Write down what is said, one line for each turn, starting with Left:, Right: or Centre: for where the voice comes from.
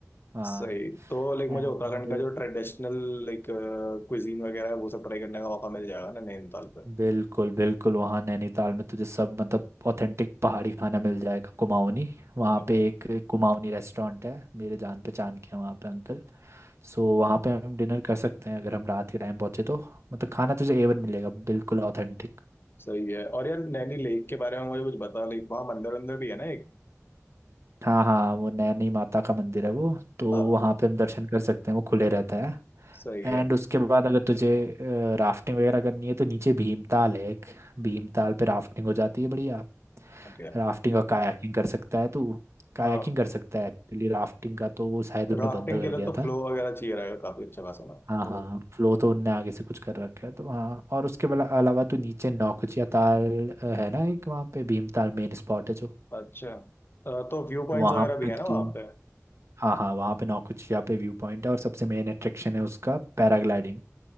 Right: हाँ
Left: सही तो लाइक
Right: एंड
Left: मुझे उत्तराखंड का जो ट्रेडिशनल लाइक क्विजीन वगैरह है वो सब ट्राई करने का मौका मिल जाएगा ना नैनीताल पे
Right: बिल्कुल बिल्कुल वहाँ नैनीताल में तुझे सब मतलब ऑथेंटिक पहाड़ी खाना मिल जाएगा कुमाऊनी वहाँ
Left: Okay.
Right: पे एक कुमाऊनी रेस्टोरेंट है मेरे जान पहचान के हैं वहाँ पे अंकल सो वहाँ पे हम डिनर कर सकते हैं अगर हम रात के टाइम पहुँचे तो मतलब खाना तुझे एवन मिलेगा बिल्कुल ऑथेंटिक
Left: सही है और यार नैनी लेक के बारे में मुझे कुछ बता लाइक वहाँ मंदिर अंदर भी है ना एक
Right: हाँ हाँ वो नैनी माता का मंदिर है वो तो
Left: हाँ
Right: वहाँ पे हम दर्शन कर सकते हैं वो खुले रहता है
Left: सही
Right: एंड
Left: है
Right: उसके बाद अगर तुझे राफ्टिंग वगैरह करनी है तो नीचे भीमताल है एक भीमताल पे राफ्टिंग हो जाती है बढ़िया
Left: ओके
Right: राफ्टिंग और कायाकिंग कर सकता है तू कायाकिंग
Left: हाँ
Right: कर सकता है एक्चुअली राफ्टिंग का तो वो शायद उनने
Left: राफ्टिंग
Right: बंद कर
Left: के लिए
Right: दिया
Left: तो
Right: था
Left: फ्लो वगैरह चाहिए रहेगा काफी अच्छा खासा ना
Right: हाँ
Left: तो
Right: हाँ फ्लो तो उनने आगे से कुछ कर रखा है तो हाँ और उसके बला- अलावा तू नीचे नौकुचिया ताल अ, है ना एक वहाँ पे भीमताल मेन स्पॉट है जो
Left: अच्छा अ, तो व्यू पॉइंट्स
Right: वहाँ
Left: वगैरह भी
Right: पे
Left: है ना वहाँ
Right: तू
Left: पे
Right: हाँ हाँ वहाँ पे नौकुचिया पे व्यू पॉइंट है और सबसे मेन अट्रैक्शन है उसका पैराग्लाइडिंग